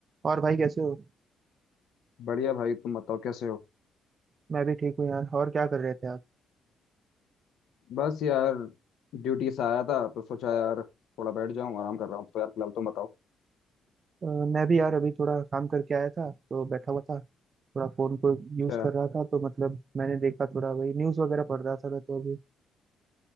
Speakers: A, on the right; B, on the left.
A: और भाई कैसे हो
B: बढ़िया भाई तुम बताओ कैसे हो
A: मैं भी ठीक हूँ यार और क्या कर रहे थे आप
B: बस यार ड्यूटी से आया था तो सोचा यार थोड़ा बैठ जाऊं आराम कर रहा हूँ तो यार फिलहाल तुम बताओ
A: अ, मैं भी यार अभी थोड़ा काम करके आया था तो बैठा हुआ था थोड़ा फोन को यूज
B: अच्छा
A: कर रहा था तो मतलब मैंने देखा थोड़ा वही न्यूज वगैरह पढ़ रहा था मैं तो अभी